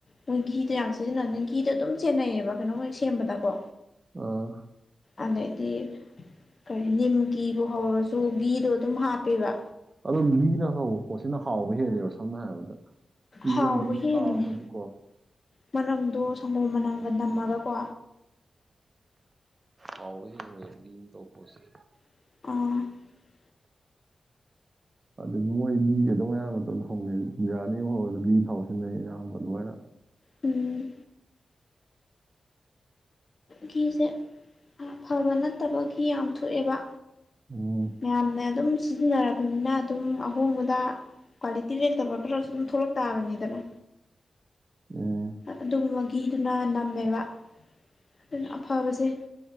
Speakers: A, on the left (about 50°); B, on the right (about 35°).
A: ꯃꯣꯏ ꯘꯤꯗꯣ ꯌꯥꯝ ꯁꯤꯖꯤꯟꯅꯕꯅꯤ ꯘꯤꯗꯣ ꯑꯗꯨꯝ ꯁꯦꯟꯅꯩꯌꯦꯕ ꯀꯩꯅꯣꯣꯏ ꯁꯦꯝꯕꯗꯀꯣ
B: ꯑꯥ
A: ꯑꯗꯩꯗꯤ ꯀꯔꯤ ꯅꯤꯝꯀꯤꯤꯕꯨ ꯍꯧꯔꯁꯨ ꯘꯤꯗꯨꯣ ꯑꯗꯨꯝ ꯍꯥꯞꯄꯦꯕ
B: ꯑꯗꯨꯣ ꯂꯤꯅ ꯍꯕ ꯄꯣꯠ ꯁꯤꯅ ꯍꯥꯎꯕ ꯍꯦꯜꯂꯦꯕ ꯁꯝꯅ ꯍꯥꯏꯔꯕꯗ
A: ꯍꯥꯎꯕ
B: ꯌꯦꯟꯒꯨꯝꯅꯣ
A: ꯍꯦꯜꯂꯤꯅꯦ
B: ꯇꯥꯎꯔꯒꯁꯨ ꯀꯣ
A: ꯃꯅꯝꯗꯣ ꯁꯪꯒꯣꯝ ꯃꯅꯝꯒ ꯅꯝꯃꯒꯀꯣ
B: ꯍ ꯍꯟ ꯇꯣ ꯀꯁꯤ
A: ꯑꯣ
B: <inaudible> ꯑꯗꯨꯗꯒꯤ ꯃꯣꯏ ꯘ ꯑꯗꯨꯝ ꯑꯌꯥꯝꯕ ꯃꯇꯝꯗ ꯍꯧꯅꯩ ꯕꯤꯔꯌꯥꯅꯤ ꯑꯃ ꯍꯧꯔꯒ ꯘꯤ ꯊꯥꯎ ꯁꯤꯖꯤꯟꯅꯩ ꯑꯌꯥꯝꯕ ꯑꯗꯨꯃꯥꯏꯅ
A: ꯎꯝ ꯘꯤꯁꯦ ꯐꯕ ꯅꯠꯇꯕ ꯘꯤ ꯌꯥꯝ ꯊꯣꯛꯑꯦꯕ
B: ꯎꯝ
A: ꯃꯌꯥꯝꯅ ꯑꯗꯨꯝ ꯁꯤꯖꯤꯟꯅꯔꯕꯅꯤꯅ ꯑꯗꯨꯝ ꯑꯍꯣꯡꯕꯗ ꯀ꯭ꯋꯥꯂꯤꯇꯤ ꯂꯩꯇꯕ ꯈꯔꯁꯨ ꯑꯗꯨꯝ ꯊꯣꯛꯂꯛ ꯇꯥꯕꯅꯤꯗꯅ
B: ꯎꯝ
A: ꯑꯗꯨꯒꯨꯝꯕ ꯘꯗꯨꯅ ꯅꯝꯃꯦꯕ ꯑꯗꯨꯅ ꯑꯐꯕꯁꯦ